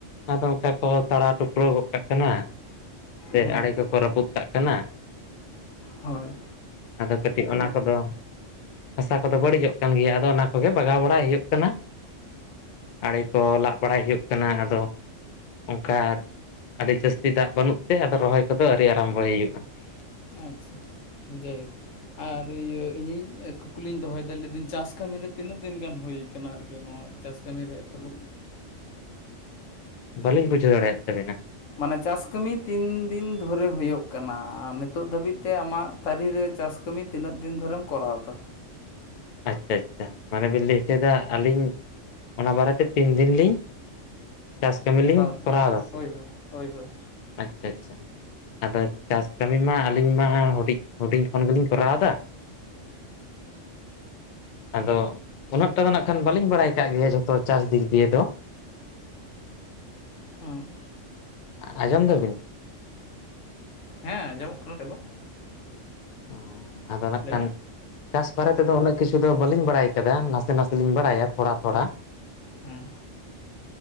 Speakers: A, on the left; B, on the left.
A: ᱟᱫᱚ ᱚᱝᱠᱟ ᱠᱚ ᱛᱟᱲᱟ ᱴᱩᱯᱲᱟᱹᱣ ᱜᱚᱜ ᱠᱟᱜ ᱠᱟᱱᱟ᱾ ᱥᱮ
B: ᱦᱮᱸ
A: ᱟᱲᱮ ᱠᱚᱠᱚ ᱨᱟᱹᱯᱩᱫ ᱠᱟᱜ ᱠᱟᱱᱟ᱾
B: ᱦᱳᱭ᱾
A: ᱟᱫᱚ ᱠᱟᱹᱴᱤᱡ ᱚᱱᱟ ᱠᱚᱫᱚ ᱦᱟᱥᱟ ᱠᱚᱫᱚ ᱵᱟᱹᱲᱤᱡᱚᱜ ᱠᱟᱱ ᱜᱮᱭᱟ, ᱟᱫᱚ ᱚᱱᱟ ᱠᱚᱜᱮ ᱵᱟᱜᱟᱣ ᱵᱟᱲᱟᱭ ᱦᱩᱭᱩᱜ ᱠᱟᱱᱟ᱾ ᱟᱲᱮ ᱠᱚ ᱞᱟᱜ ᱵᱟᱲᱟᱭ ᱦᱩᱭᱩᱜ ᱠᱟᱱᱟ ᱟᱫᱚ᱾ ᱚᱝᱠᱟ ᱟᱹᱰᱤ ᱡᱟᱹᱥᱛᱤ ᱫᱟᱜ ᱵᱟᱹᱱᱩᱜ ᱛᱮ ᱟᱫᱚ ᱨᱚᱦᱚᱭ ᱠᱚᱫᱚ ᱟᱹᱣᱨᱤ ᱟᱨᱟᱢᱵᱚᱭ ᱦᱩᱭᱩᱜ-ᱟ᱾
B: ᱟᱪᱪᱷᱟ ᱟᱪᱪᱷᱟ᱾ ᱡᱟᱭ ᱦᱳᱠ᱾ ᱟᱨ ᱤᱭᱟᱹ ᱤᱧᱤᱧ ᱠᱩᱠᱞᱤᱧ ᱫᱚᱦᱚᱭᱮᱫᱟ, ᱞᱟᱹᱭᱫᱟᱹᱧ ᱪᱟᱥ ᱠᱟᱹᱢᱤᱨᱮ ᱛᱤᱱᱟᱹᱜ ᱫᱤᱱ ᱜᱟᱱ ᱦᱩᱭ ᱠᱟᱱᱟ ᱟᱨᱠᱤ ᱱᱚᱣᱟ ᱫᱚ? ᱪᱟᱥ ᱠᱟᱹᱢᱤ ᱨᱮ ᱮᱛᱚᱦᱚᱵ
A: ᱵᱟᱹᱞᱤᱧ ᱵᱩᱡᱷᱟᱹᱣ ᱫᱟᱲᱮᱭᱟᱜ ᱛᱟᱵᱤᱱᱟ᱾
B: ᱢᱟᱱᱮ ᱪᱟᱥ ᱠᱟᱹᱢᱤ ᱛᱤᱱ ᱫᱤᱱ ᱫᱷᱚᱨᱮ ᱦᱩᱭᱩᱜ ᱠᱟᱱᱟ, ᱱᱤᱛᱚᱜ ᱫᱷᱟᱹᱵᱤᱡ ᱛᱮ ᱟᱢᱟᱜ ᱛᱟᱹᱨᱤ ᱨᱮ ᱪᱟᱥ ᱠᱟᱹᱢᱤ ᱛᱤᱱᱟᱹᱜ ᱫᱤᱱ ᱫᱷᱚᱨᱮᱢ ᱠᱚᱨᱟᱣ ᱮᱫᱟ᱾
A: ᱟᱪᱪᱷᱟ ᱟᱪᱪᱷᱟ, ᱢᱟᱱᱮ ᱵᱤᱱ ᱞᱟᱹᱭ ᱛᱟᱸᱦᱮᱫᱟ ᱟᱹᱞᱤᱧ ᱚᱱᱟ ᱵᱟᱨᱮᱛᱮ ᱛᱤᱱ ᱫᱤᱱ ᱞᱤᱧ ᱪᱟᱥ ᱠᱟᱹᱢᱤ ᱞᱤᱧ
B: ᱫᱟᱹᱧ
A: ᱠᱚᱨᱟᱣ ᱮᱫᱟ ᱥᱮ᱾
B: ᱦᱳᱭ ᱦᱳᱭ ᱦᱳᱭ ᱦᱳᱭ
A: ᱟᱪᱪᱷᱟ ᱟᱪᱪᱷᱟ, ᱟᱫᱚ ᱪᱟᱥ ᱠᱟᱹᱢᱤ ᱢᱟ ᱟᱹᱞᱤᱧ ᱢᱟ ᱦᱩᱰᱤᱧ ᱦᱩᱰᱤᱧ ᱠᱷᱚᱱ ᱜᱮᱞᱤᱧ ᱠᱚᱨᱟᱣ ᱮᱫᱟ᱾ ᱟᱫᱚ ᱩᱱᱟᱹᱜ ᱴᱟ ᱫᱚ ᱱᱟᱜ ᱠᱷᱟᱱ ᱵᱟᱹᱞᱤᱧ ᱵᱟᱲᱟᱭ ᱠᱟᱜ ᱜᱮᱭᱟ ᱡᱷᱚᱛᱚ ᱪᱟᱥ ᱫᱤᱠ ᱫᱤᱭᱮ ᱫᱚ᱾
B: ᱦᱩᱸ
A: ᱟᱸᱡᱚᱢ ᱮᱫᱟ ᱵᱤᱱ᱾
B: ᱦᱮᱸ ᱟᱸᱡᱚᱢᱚᱜ ᱠᱟᱱᱟ ᱪᱚᱞᱚ
A: ᱚ ᱟᱫᱚ ᱱᱟᱜ
B: ᱞᱟᱹᱭ
A: ᱠᱷᱟᱱ᱾
B: ᱢᱮ
A: ᱪᱟᱥ ᱵᱟᱨᱮ ᱛᱮᱫᱚ ᱩᱱᱟᱹᱜ ᱠᱤᱪᱷᱩ ᱫᱚ ᱵᱟᱹᱞᱤᱧ ᱵᱟᱲᱟᱭ ᱟᱠᱟᱫᱟ, ᱱᱟᱥᱮ ᱱᱟᱥᱮ ᱞᱤᱧ ᱵᱟᱲᱟᱭᱟ ᱛᱷᱚᱲᱟ ᱛᱷᱚᱲᱟ᱾
B: ᱦᱩᱸ